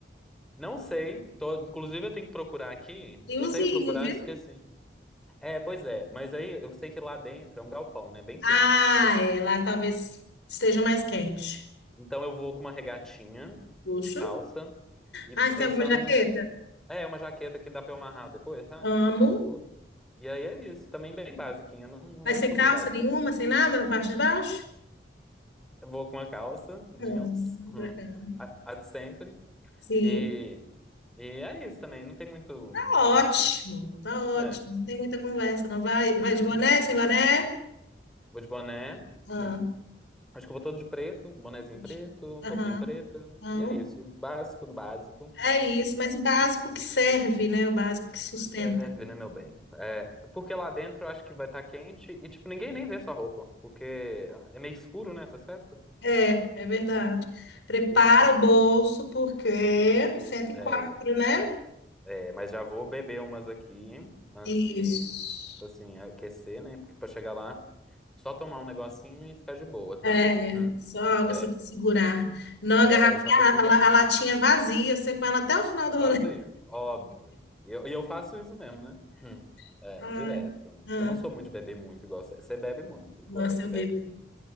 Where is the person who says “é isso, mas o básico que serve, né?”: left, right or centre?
Left